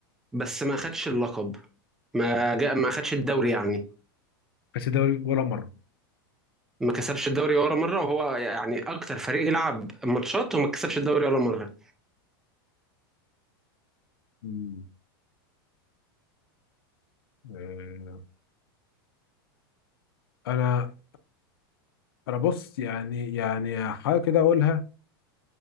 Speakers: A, in the centre; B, on the left.
A: بس ما خدش اللقب ما جاء ما خدش الدوري يعني
B: بس دوري ولا مره
A: ما كسبش الدوري ولا مره وهو يعني اكتر فريق يلعب ماتشات وما كسبش الدوري ولا مره
B: مم. آه، انا انا بص يعني يعني حاجه كده اقولها